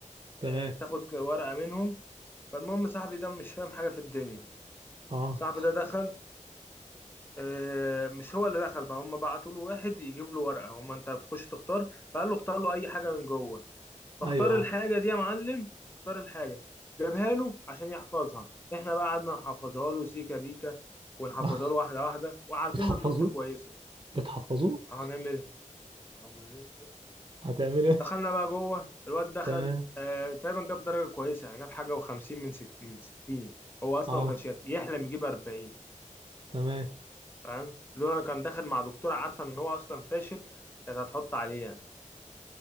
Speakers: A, on the right; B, on the left.
A: تمام
B: آه، بتاخد ورقة منهم فالمهم صاحبي ده مش فاهم حاجة في الدنيا
A: اه
B: صاحبي ده دخل آه، مش هو اللي دخل بقى هم بعتوا له واحد يجيب له ورقة هم انت بتخش تختار فقال له اختار له اي حاجة من جوه فاختار
A: ايوه اه
B: الحاجة دي يا معلم اختار الحاجة جابها له عشان يحفظها احنا بقى قعدنا نحفظها له سيكا بيكا ونحفظها
A: <laughs>
B: له واحدة واحدة وعارفين
A: بتحفظوه
B: ان الدكتور كويسة
A: بتحفظوه
B: هنعمل ايه؟
A: هتعملوا ايه
B: دخلنا بقى جوه الواد دخل
A: <laughs> تمام
B: آه تقريبا جاب درجه كويسه يعني جاب حاجه و50 من ست من 60 هو اصلا
A: اه
B: ما كانش يت- يحلم يجيب 40
A: تمام
B: فاهم لولا كان داخل مع دكتوره عارفه ان هو اصلا فاشل كانت هتحط عليه يعني